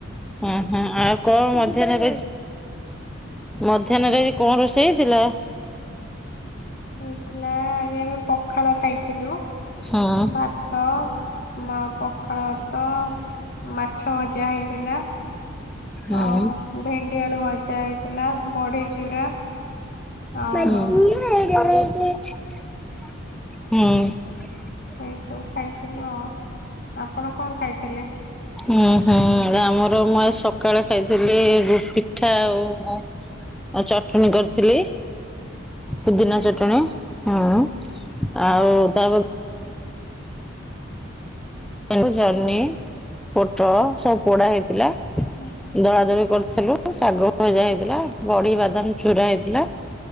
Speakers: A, in the centre; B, on the left.
A: ଉଁ, ହଁ ଆ କଣ ମଧ୍ୟାହ୍ନରେ, ମଧ୍ୟାହ୍ନରେ ଆଜି କଣ ରୋଷେଇ ହେଇଥିଲା?
B: ହେଇଥିଲା ଆଜି ଆମେ ପଖାଳ ଖାଇଥିଲୁ
A: ହଁ
B: ଭା ତ, ମ ପଖାଳ ଭାତ ମାଛ ଭଜା ହେଇଥିଲା।
A: ହୁଁ।
B: ଆଉ, ଭେଣ୍ଡିଆଳୁ ଭଜା ହେଇଥିଲା, ବଢ଼ି ଚୂୁରା। ଆଉ
A: ଉୁଁ
B: ଆମ୍
A: ହୁଁ।
B: ଏ ସବୁ ଖାଇଥିଲୁ ଆଉ, ଆପଣ କଣ ଖାଇଥିଲେ?
A: ଉଁ ହୁଁ ଆମର ମୁଁ ଏ ସକାଳେ ଖାଇଥିଲି ପିଠା ଆଉ ଉଁ ଆଉ ଚଟଣୀ କରିଥିଲି। ପୁଦିନା
B: ଆଜ୍ଞା
A: ଚଟଣୀ ହୁଁ ଆଉ ତାପ
B: ହୁଁ
A: ତାକୁ ଜହ୍ନି ପୋଟଳ ସବୁ ପୋଡା ହେଇଥିଲା
B: ଆଜ୍ଞା
A: ଦଳା ଦଳି କରିଥିଲୁ। ଶାଗ ଭଜା ହେଇଥିଲା ବଡି ବାଦାମ ଚୁୁରା ହେଇଥିଲା